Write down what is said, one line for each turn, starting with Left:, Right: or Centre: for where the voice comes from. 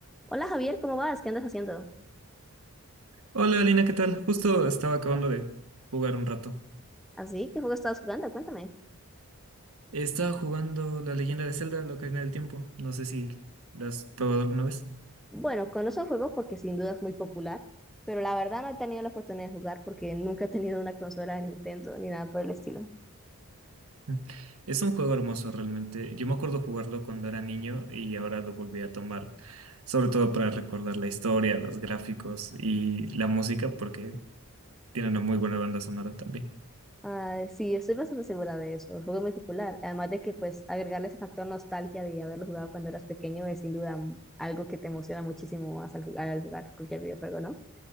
Centre: Hola Javier, ¿cómo vas? ¿Qué andas haciendo?
Right: Hola Lina, ¿qué tal? Justo estaba acabando de jugar un rato.
Centre: ¿Así? ¿Qué juego estabas jugando? Cuéntame.
Right: Estaba jugando La Leyenda de Zelda, la Ocarina del Tiempo. No sé si la has probado alguna vez.
Centre: Bueno, conozco el juego porque sin duda es muy popular, pero la verdad no he tenido la oportunidad de jugar porque nunca he tenido una consola de Nintendo ni nada por el estilo.
Right: Mm. Es un juego hermoso realmente. Yo me acuerdo jugarlo cuando era niño y ahora lo volví a tomar, sobre todo para recordar la historia, los gráficos y la música, porque tiene una muy buena banda sonora también.
Centre: Ah, sí, estoy bastante segura de eso. El juego es muy popular. Además de que, pues, agregarle ese factor nostalgia de haberlo jugado cuando eras pequeño es sin duda m- algo que te emociona muchísimo más al jugar, al jugar cualquier videojuego, ¿no?